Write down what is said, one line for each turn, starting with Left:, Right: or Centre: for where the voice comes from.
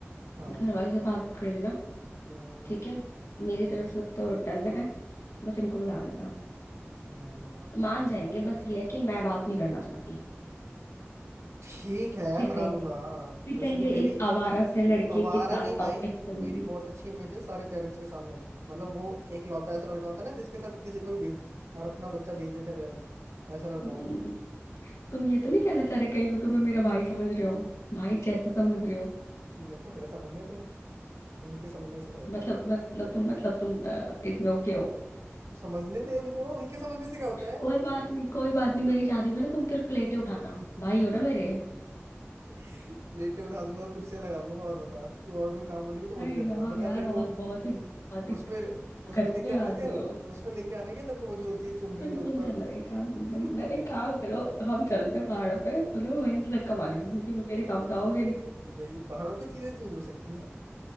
Right: हाँ
Left: घर वाले से बात कर लेना
Right: हम्म,
Left: ठीक है
Right: हम्म,
Left: मेरी तरफ से तो डन है बस इनको मिला लेना
Right: मना लूंगा
Left: मान
Right: चलिए
Left: जाएंगे बस ये है कि मैं बात नहीं करना चाहती
Right: ठीक है
Left: फिर
Right: मना
Left: कहेंगे
Right: लूंगा
Left: फिर
Right: वैसे
Left: कहेंगे
Right: भी मेरी
Left: इस आवारा से लड़के
Right: आवारा
Left: के साथ
Right: नहीं भाई
Left: वापस चल
Right: मेरी
Left: गई
Right: बहुत अच्छी इमेज है सारे पेरेंट्स के सामने मतलब वो एक लौता ऐसा लड़का होता है ना जिसके साथ किसी को भी भेज और अपना बच्चा भेज देते हैं पेरेंट्स वैसा लड़का
Left: हम्म,
Right: हूँ मैं
Left: तुम ये तो नहीं कहना चाह रहे कहीं वो तुम्हें मेरा भाई समझ रहे हो भाई जैसा समझ रहे हो
Right: मेरे को क्या समझने दे उनके समझने से क्या होता
Left: मतलब
Right: है
Left: मतलब तुम मतलब तुम अ, इसमें ओके हो
Right: समझने दे उनको उनके समझने से क्या होता है
Left: कोई बात नहीं कोई बात नहीं मेरी शादी में ना तुम फिर प्लेटें उठाना भाई हो ना मेरे
Right: <laughs> प्लेटें उठा दूंगा कुर्सियां लगा दूंगा और बता तू और भी काम बोलेगी तो
Left: अरे
Right: वो भी कर दूंगा
Left: यार
Right: बता
Left: यार
Right: तेरे
Left: बहुत
Right: को
Left: बहुत ही बहुत ही
Right: उसमें उसमें
Left: गंदे
Right: लेके आना
Left: आदमी
Right: है क्या
Left: हो
Right: उसमें लेके आना है क्या तेरे को वो जो होती है चुनरी
Left: तुम
Right: जो
Left: तुम
Right: ऊपर
Left: चलो एक काम नहीं,
Right: <laughs>
Left: नहीं, एक काम करो हम चलते हैं पहाड़ों पे मतलब मैं वहीं से धक्का मारूंगी क्योंकि मेरे काम तो आओगे नहीं
Right: नहीं पहाड़ों पे चीजें चेंज हो सकती हैं